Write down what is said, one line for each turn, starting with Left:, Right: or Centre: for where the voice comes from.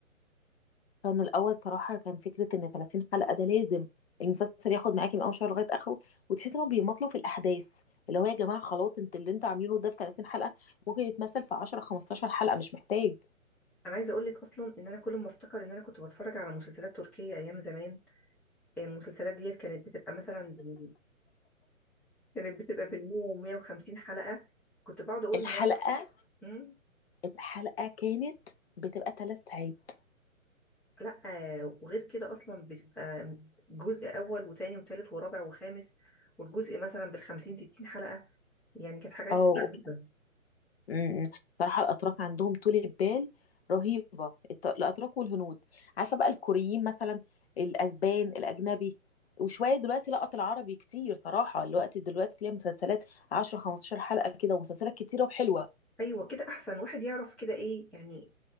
Left: كان الاول صراحة كان فكرة ان 30 حلقة ده لازم المسلسل ياخد معاكي من اول شهر لغاية اخره وتحس انهم بيمطلوا في الاحداث اللي هو يا جماعة خلاص انت اللي انتوا عاملينه ده في 30 حلقة ممكن يتمثل في 10 15 حلقة مش محتاج
Centre: انا عايزه اقول لك اصلا ان انا كل ما افتكر ان انا كنت بتفرج على مسلسلات تركيه ايام زمان آه، المسلسلات ديت كانت بتبقى مثلا بال... كانت بتبقى بال100 و150 حلقه كنت بقعد اقول
Left: الحلقة
Centre: هو انا مم؟
Left: الحلقة كانت بتبقى ثلاث ساعات
Centre: لا آه، وغير كده اصلا بتبقى جزء اول وتاني وتالت ورابع وخامس والجزء مثلا بالخمسين ستين حلقه يعني كانت حاجات
Left: اه
Centre: عجيبه
Left: امم امم. صراحة الأتراك عندهم طولة بال رهيبة الت- الأتراك والهنود عارفة بقى الكوريين مثلا الأسبان الأجنبي وشوية دلوقتي لقط العربي كتير صراحة الوقت دلوقتي تلاقي مسلسلات 10 15 حلقة كده ومسلسلات كتيرة وحلوة
Centre: ايوه كده احسن واحد يعرف كده ايه يعني